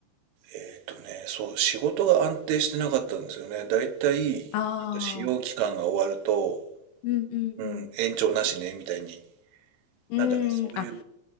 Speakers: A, on the right; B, on the left.
A: えっとね、そう、仕事が安定してなかったんですよね。だいたい、
B: ああ
A: なんか使用期間が終わると、
B: ー、うんうんうん。
A: うん、延長なしね、みたいに。
B: うーん、
A: なんかね、そういう、
B: あ、